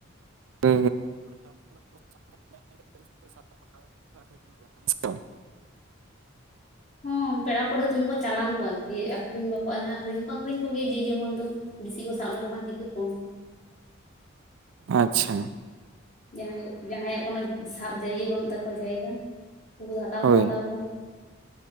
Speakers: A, on the right; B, on the left.
A: ᱜᱮ <inaudible> <inaudible>
B: ᱦᱚ ᱯᱮᱲᱟ ᱯᱟᱹᱲᱦᱟᱹ ᱫᱚᱢᱮ ᱠᱚ ᱪᱟᱞᱟᱱ ᱠᱚᱣᱟ ᱟᱨᱠᱤ ᱟᱠᱷᱨᱤᱧ ᱵᱟᱠᱚ ᱦᱟᱮ ᱟᱠᱷᱨᱤᱧ ᱦᱚᱸᱠᱚ ᱟᱠᱷᱨᱤᱧ ᱠᱚ ᱜᱮᱭᱟ ᱡᱮ ᱡᱮᱢᱚᱱ ᱫᱚ᱾ ᱵᱤᱥᱤ ᱠᱚ ᱥᱟᱵ ᱞᱮᱠᱚ ᱠᱷᱟᱱ ᱪᱤᱠᱟᱹ ᱠᱚᱣᱟᱢ᱾
A: ᱟᱪᱪᱷᱟ,
B: ᱡᱟᱦᱟᱸᱭ ᱡᱟᱦᱟᱸᱭᱟᱜ ᱠᱩᱱᱟᱹ ᱥᱟᱵ ᱡᱟᱹᱭᱜᱮ ᱵᱟᱹᱱᱩᱜ ᱛᱟᱠᱚᱣᱟ ᱡᱟᱭᱜᱟ ᱩᱱᱠᱩ ᱫᱚ ᱦᱟᱛᱟᱣ
A: ᱦᱳᱭ
B: ᱦᱠᱚ ᱦᱟᱛᱟᱣ ᱠᱚᱣᱟ᱾